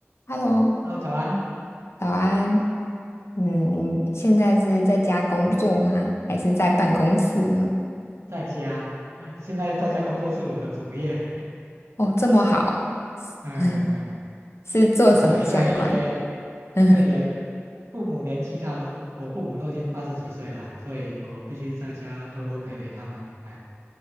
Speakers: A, on the left; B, on the right.
A: Hello，
B: Hello，早安，
A: 早安。嗯，你现在是在家工作吗？还是在办公室呢？
B: 在家。嗯、现在在家工作是我的主业。
A: 哦，这么好，
B: 嗯嗯，
A: <laughs> 是做什么相关？
B: 不是啊，因为也
A: <laughs>
B: 因为也父母年纪大了，我父母都已经八十几岁了啊，所以我必须在家多多陪陪他们。哎，